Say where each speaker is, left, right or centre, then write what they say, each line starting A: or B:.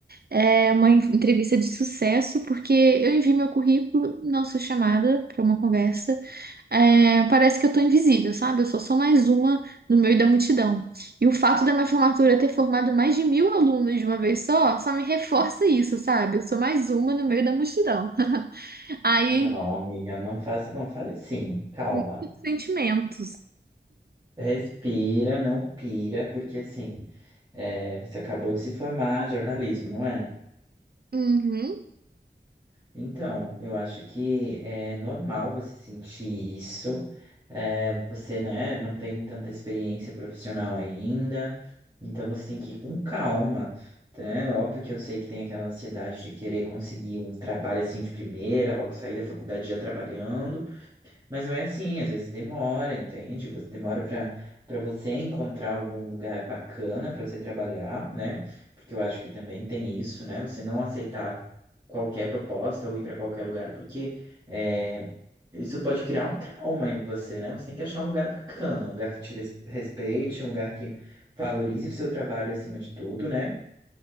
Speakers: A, on the right; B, on the right.
A: é, uma en- entrevista de sucesso, porque eu envio meu currículo, não sou chamada para uma conversa. É, parece que eu tô invisível, sabe? Eu sou só mais uma no meio da multidão. E o fato da minha formatura ter formado mais de mil alunos de uma vez só, só me reforça isso, sabe? Eu sou mais uma no meio da multidão. <laughs> Aí,
B: Não, Hum, amiga, não faça, não fale assim, calma.
A: muitos sentimentos.
B: Respira, não pira, porque assim, é, você acabou de se formar em jornalismo, não é?
A: Uhum.
B: Então, eu acho que é normal você sentir isso. É, você, né, não tem tanta experiência profissional ainda, então você tem que ir com calma, tá? É Óbvio que eu sei que tem aquela ansiedade de querer conseguir um trabalho assim de primeira, logo sair da faculdade já trabalhando. Mas não é assim, às vezes demora, entende? Você- Demora para para você encontrar algum lugar bacana para você trabalhar, né? Porque eu acho que também tem isso, né? Você não aceitar qualquer proposta ou ir para qualquer lugar, porque é, isso pode criar um trauma em você, né? Você tem que achar um lugar bacana, um lugar que te res- respeite, um lugar que valorize o seu trabalho acima de tudo, né?